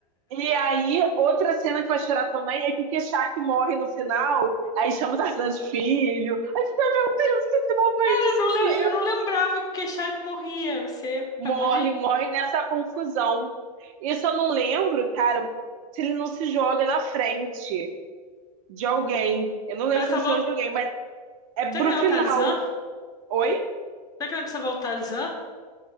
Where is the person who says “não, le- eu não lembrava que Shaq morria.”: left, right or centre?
Left